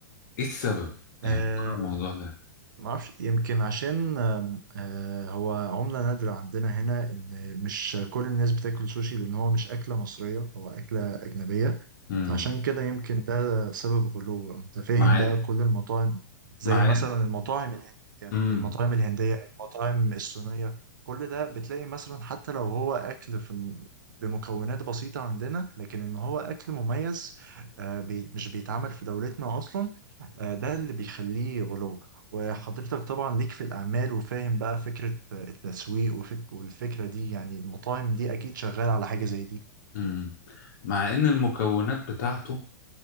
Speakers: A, on the left; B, on the right.
A: ايه السبب يعني
B: آه،
A: ورا الموضوع ده
B: ما اعرفش يمكن عشان آم، آه، هو عملة نادرة عندنا هنا ان مش كل الناس بتاكل سوشي لان هو مش اكلة مصرية هو اكلة اجنبية
A: امم
B: فعشان كده يمكن ده سبب غلوه انت فاهم
A: مع
B: بقى كل المطاعم زي
A: مع
B: مثلا المطاعم الهندية
A: امم
B: المطاعم الهندية المطاعم الصينية كل ده بتلاقي مثلا حتى لو هو أكل في بمكونات بسيطة عندنا لكن إن هو أكل مميز آه، بي مش بيتعمل في دولتنا أصلا آه، ده اللي بيخليه غلو وحضرتك طبعا ليك في الأعمال وفاهم بقى فكرة آه، التسويق وفك والفكرة دي يعني المطاعم دي أكيد شغالة على حاجة زي دي
A: مم. مع ان المكونات بتاعته